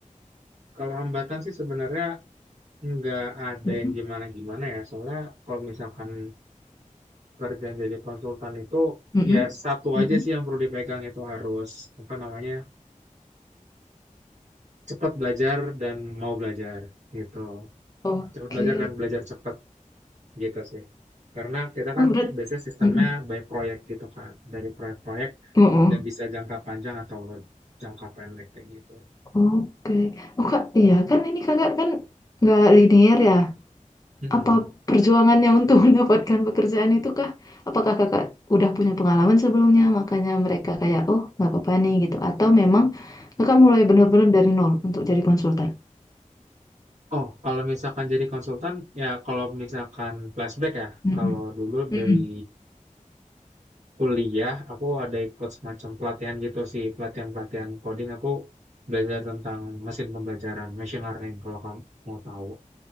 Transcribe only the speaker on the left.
Mm-mm,
mm-mm,
mm-mm.
Oke.
Oh
berat.
mm-mm.
Mm-mm.
Oke. Oh kak, iya kan ini kakak kan nggak linear ya.
apa perjuangannya untuk <laughs> mendapatkan pekerjaan itu kah? Apakah kakak udah punya pengalaman sebelumnya, makanya mereka kayak, oh nggak apa-apa nih gitu. Atau memang kakak mulai benar-benar dari nol untuk jadi konsultan?
Mm-mm.
Mm-mm.